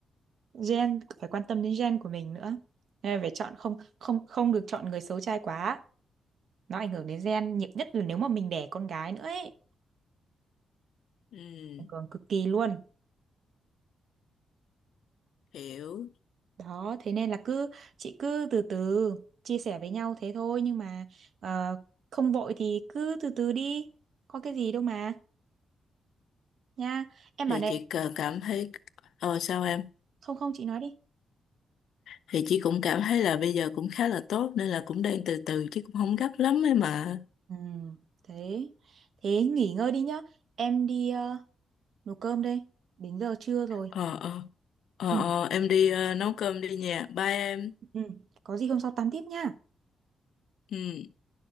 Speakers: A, on the right (about 60°); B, on the left (about 80°).
A: gen phải quan tâm đến gen của mình nữa. Nên là phải chọn không không không được chọn người xấu trai quá. Nó ảnh hưởng đến gen nhiều nhất là nếu mà mình đẻ con gái nữa ấy,
B: Ừ,
A: ảnh hưởng cực kỳ luôn.
B: hiểu.
A: Đó, thế nên là cứ chị cứ từ từ chia sẻ với nhau thế thôi nhưng mà ờ, không vội thì cứ từ từ đi. Có cái gì đâu mà nha. Em
B: Thì
A: bảo này,
B: chị cần cảm thấy ờ sao em?
A: không không chị nói đi.
B: thì chị cũng cảm thấy là bây giờ cũng khá là tốt nên là cũng đang từ từ chứ cũng không gấp lắm ấy mà
A: Ừ, thế thế nghỉ ngơi đi nhá. Em đi ờ, nấu cơm đây. Đến giờ trưa rồi.
B: ờ ờ ờ
A: Ừ,
B: ờ, em đi ờ, nấu cơm đi nha bye em
A: ừ. Có gì hôm sau tám tiếp nha.
B: ừ